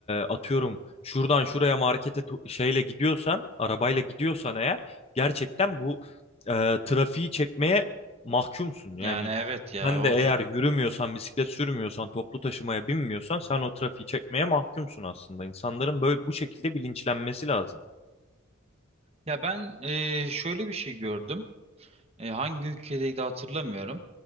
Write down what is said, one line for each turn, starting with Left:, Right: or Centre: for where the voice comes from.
Left: atıyorum şuradan şuraya markete to- şeyle gidiyorsan, arabayla gidiyorsan eğer gerçekten bu e, trafiği çekmeye mahkumsun. Yani
Right: Yani evet ya
Left: sen
Right: o
Left: de eğer yürümüyorsan, bisiklet sürmüyorsan, toplu taşımaya binmiyorsan sen o trafiği çekmeye mahkumsun aslında. İnsanların böyle bu şekilde bilinçlenmesi lazım.
Right: ya ben eee, şöyle bir şey gördüm. E, hangi ülkedeydi hatırlamıyorum.